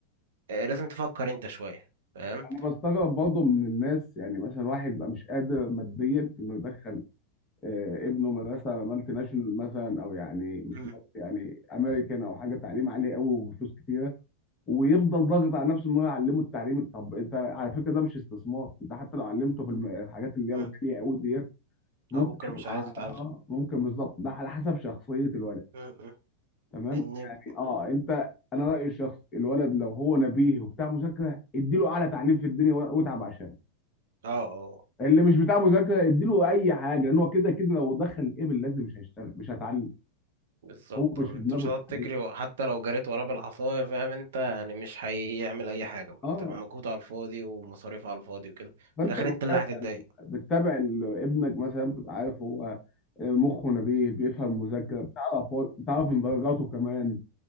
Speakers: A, on the right (about 60°); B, on the left (about 30°).
A: آه، لازم تفكر انت شويه فاهم
B: انا بستغرب برضه من الناس يعني مثلا واحد يبقى مش قادر ماديا انه يدخل آه، ابنه مدرسه مالتي ناشونال مثلا او يعني مش
A: امم
B: مالتي يعني امريكان او حاجه تعليم عالي قوي وبفلوس كتيره ويفضل ضاغط على نفسه ان هو يعلمه التعليم طب انت على فكره ده مش استثمار انت حتى لو علمته في الم- الحاجات اللي هي
A: امم
B: الغاليه قوي ديت ممكن
A: اه بكره
B: يطلع
A: مش عايز يتعلم
B: اه ممكن بالظبط ده على حسب شخصيه الولد
A: امم
B: تمام
A: ان
B: يعني اه انت انا رايي الشخص الولد لو هو نبيه وبتاع مذاكره اديله اعلى تعليم في الدنيا و- واتعب عشان
A: اه اه
B: اللي مش بتاع مذاكره اديله اي حاجه لان هو كده كده لو دخل ايبل لازم مش هيشتغل مش هتعلم
A: بالظبط
B: هو مش
A: آه، انت
B: في دماغه
A: مش
B: التحليل
A: هتقعد تجري وحتى لو جريت وراه بالعصايه فاهم انت يعني مش هيعمل اي حاجه وتبقى
B: اه
A: مجهود على الفاضي ومصاريف على الفاضي وكده
B: فانت
A: في الاخر
B: بتتابع
A: انت اللي هتتضايق
B: بتتابع ال- ابنك مثلا بتبقى عارف هو آه، مخه نبيه بيفهم مذاكره بتعرف هو- بتعرف من درجاته كمان